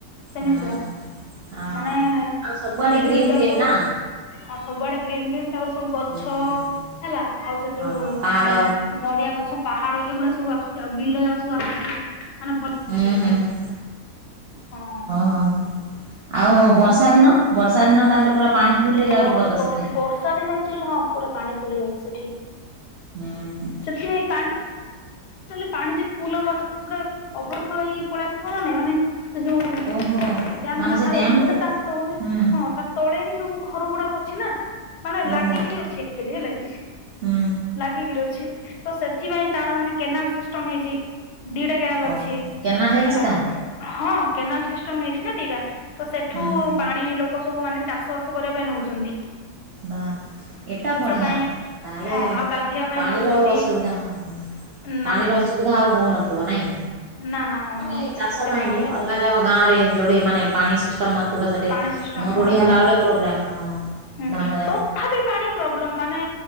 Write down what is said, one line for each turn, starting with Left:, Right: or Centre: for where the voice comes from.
Left: ସେମିତି
Right: ହୁଁ
Left: ପୁରା।
Right: ହୁଁ ହୁଁ ହଁ
Left: ମାନେ
Right: ହଁ ଆଉ ସବୁଆଡେ
Left: ଭିଉ
Right: ଗ୍ରୀନ୍
Left: ଯାଉ
Right: ଗ୍ରୀନ୍
Left: ସବୁ
Right: ନା?
Left: ହଁ ସବୁଆଡେ ଗ୍ରୀନ୍, ଗ୍ରୀନ୍ ତାପରେ ସବୁ ଗଛ
Right: ହୁଁ ହଁ
Left: ହେଲା ଆଉ ସେ ଯୋଉ
Right: ହଁ ପାହାଡ
Left: ନଡିଆ ଗଛ, ପାହାଡ ଏଗୁଡା ସବୁ ଆସୁଛି, ଆଉ ବିଲ ଯା ସବୁ ଆସୁଛି। ମାନେ
Right: ହୁଁ
Left: ସିଂ
Right: ହୁଁ
Left: ଚାଲି
Right: ହୁଁ
Left: ହଁ
Right: ହଁ ହଁ। ଆଉ
Left: ହଁ
Right: ବର୍ଷା ଦିନ, ବର୍ଷା ଦିନ ତାହେଲେ ପୁରା ପାଣି ଫୁଲ ହେଇଯାଉଥିବ
Left: ବ
Right: ତ
Left: ବ
Right: ସେଠି।
Left: ବର୍ଷା ଦିନେ ଆକ୍ ଚାଲି ହଁ ପୁରା ପାଣି ଫୁଲେଇ ଯାଉଚି ସେଠି।
Right: ହୁଁ, ହୁଁ
Left: ଅ ପାଣି <unintelligible> ପାଣି ଟ ଫୁଲ ପ ଓଭର ଫ୍ଲୋ ହେଇକି ପଳେଇ ଆସାନାଇ ମାନେ <unintelligible> ଯୋଉ
Right: ଓହୋ
Left: ଡାମ
Right: ମାନେ
Left: ବାହାରକୁ
Right: ସେ ଡ୍ୟାମ
Left: ମାନେ
Right: ରୁ?
Left: ତା ତଳେ
Right: ହୁଁ
Left: ହଁ ତା ତଳେ ହି ସବୁ ଘର ଗୁଡାକ ଅଛି ନା, ମାନେ
Right: ଓହୋ
Left: ଲାଗିକିରି ଅଛି ଆକ୍ଲି ହେଲା କି।
Right: ହୁଁ
Left: ଲାଗିକି ରଛି ତ ସେଥିପାଇଁ ତାର ମାନେ କେନାଲ ସିଷ୍ଟମ ହେଇଚି। ଦିଟା କେନାଲ
Right: ଓ
Left: ଅଛି
Right: କେନାଲ ହେଇଛି
Left: ହେଲା।
Right: ତାହେଲେ?
Left: ହଁ କେନାଲ ସିଷ୍ଟମ ହେଇଛି ନା ଦିଟା, ତ ସେଠୁ
Right: ହୁଁ ହୁଁ
Left: ପାଣି ଲୋକ ସବୁ ମାନେ ଚାଷ ବାସ କରିବା ପାଇଁ ନେଉଚନ୍ତି।
Right: ବା ଏଟା ବଢ଼ିଆ
Left: ପାଇଁ
Right: ତାହେଲେ
Left: ହଁ ଆଉ ଗାଧୋଇବା ପାଇଁ
Right: ପାଣିର
Left: ନଉଛନ୍ତି
Right: ଆଉ ଅସୁବିଧା ହଁ
Left: ନା
Right: ପାଣିର ଅସୁବିଧା ଆଉ ହଉନଥିବ ନାଇଁ,
Left: ନା ନା ହଉନି
Right: ମାନେ ଚାଷ
Left: ଏତେ
Right: ପାଇଁ
Left: ହଉନି।
Right: ବି ଅଲଗ ଯ ଯାକ ଗାଁ ରେ ଯୋଉଠି ମାନେ ପାଣି ସିଷ୍ଟମ ନଥିବ ସେଠୂ
Left: ପାଣି ସିଷ୍ଟମ
Right: ମରୁଡି
Left: ହଁ
Right: ହେଲା ବଳେ ପ୍ରୋବ୍ଲେମ ହଁ।
Left: ହୁଁ
Right: ଧାନ ଯାକ
Left: ତଥାବି ପାଣି ପ୍ରୋବ୍ଲେମ ମାନେ